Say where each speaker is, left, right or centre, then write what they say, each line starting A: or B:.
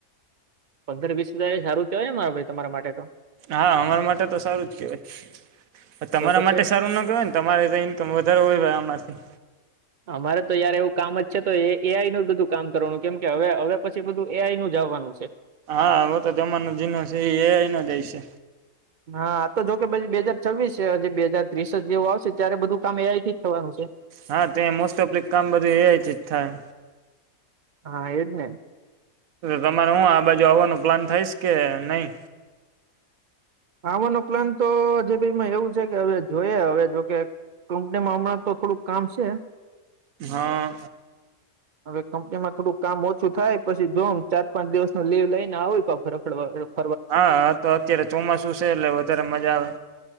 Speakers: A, on the right (about 55°); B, on the right (about 75°).
A: પંદર વીસ હજાર સારું કેવાય મારે ભઈ તમારા માટે તો
B: હા અમારા માટે તો સારું જ કહેવાય તમારા
A: તો પછી
B: માટે સારું ના કેય ને તમારે ઈન્કમ વધારેો હોય અમારથી
A: અમારે તો યાર એવું કામ જ છે તો એઆઈ નું બધું કામ કરવાનું કેમ કે હવે હવે પછી બધું એઆઈ નું જ તવાનુ છે
B: હા હવે તો જમાનો જીનો છે એ આઈનો હશે
A: હા તો જો કે પછી બે હાજર છવવીસ બે હાજર ત્રીસ જ જેવું આવશે ત્યારે બધું કામ એ આઈ જ ઠીક થવાનું છે
B: હા ત મોસ્ટ ઓફ્ કામ બધું એ થાય
A: હા એજને
B: તમારે હું આ બાજુ આવવાનું પ્લાન થઈશ કે નહી
A: આવવાનો પ્લાન તો હજી એવું છે કે હવે જોઈએ હવે જોકે કંપનીમાં હમણાં તો થોડુંક કામ છે
B: હા
A: હવે કંપનીમાં થોડું કામ ઓછું થાય પછી જોઉ ચાર પાંચ દિવસ નું લીવ લઈને આવ પણ ફ રખડવા
B: હા હા તો અત્યારે ચોમાસું છે એટલે વધારે મજા આવે